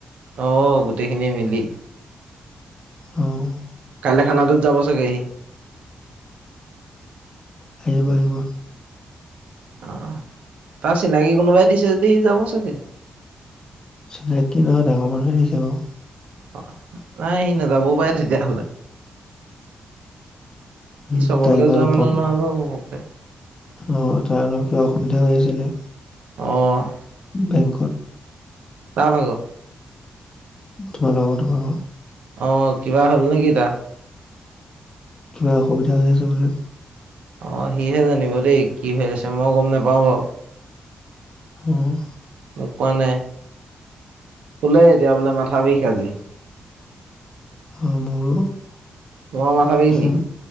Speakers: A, on the right (about 80°); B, on the left (about 35°).
A: অ', গোটেইখিনিয়ে মিলি।
B: উম।
A: কাইলে খানাটোত যাব চাগে সি?
B: আহিবি, আহিবি।
A: অ', তাৰ চিনাকি কোনোবাই দিছে যদি সি যাব চাগে।
B: চিনাকী নহয়, ডাঙৰ মানুহে দিছে বাৰু।
A: অ', নাই সি নাযাবও পাৰে তেতিয়াহ'লে।
B: উম
A: সি চবৰ
B: তাই
A: লগত
B: কিবা
A: যোৱা
B: অলপ
A: মানুহ
B: প্ৰব
A: নহয় বাৰু ঘপকে।
B: অ', তাৰ অকণ কিবা অসুবিধা হৈ আছিলে।
A: অ'।
B: বেংকত।
A: তাৰ ভাগৰ।
B: তোমাৰ লগৰটোৰ ভাগৰ।
A: অ', কিবা হ'ল নেকি তা?
B: কিবা অসুবিধা হৈ আছে বোলে।
A: অ', সিহে জানিব দেই কি হৈ আছে, মই গম নেপাওঁ বাৰু।
B: উম।
A: মোক কোৱা নাই, শুলেই এতিয়া বোলে মাথা বিষ আজি।
B: উম, মোৰো।
A: তোমাৰো মাথা বিষ
B: উহু,
A: নেকি?